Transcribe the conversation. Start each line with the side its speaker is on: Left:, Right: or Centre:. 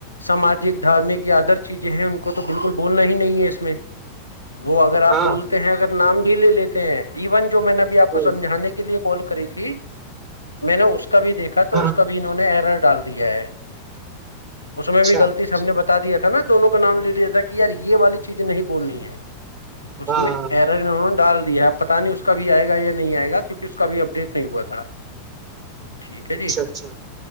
Left: ساماجک دھارمک یا ادر چیزیں ہیں ان کو تو بالکل بولنا ہی نہیں ہے اس میں وہ اگر آپ
Right: ہاں
Left: بولتے ہیں اگر نام بھی لے لیتے ہیں ایون جو میں نے آپ
Right: ہوں
Left: کو سجھانے کے لیے کال کر کری تھی میں نے اس کو کا بھی دیکھا تو
Right: ہاں
Left: اس کا بھی انہوں نے ایرٹ ڈال دیا ہے اس میں
Right: اچھا
Left: بھی غلطی س ہم نے بتا دیا تھا نا دونوں کا نام لے لیا تھا کہ یار یہ والی چیزیں نہیں بولنی ہے اس
Right: ہاں
Left: میں
Right: ہاں
Left: ایرگ ڈال <unintelligible> ہےپ پتا نہیں اس کا بھی آئے گا یہ نہیں آئے گا کیونکہ اس کا ابھی اپڈیٹ نہیں ہوا تھا ٹھیک ہے
Right: اچھا
Left: جی
Right: اچھا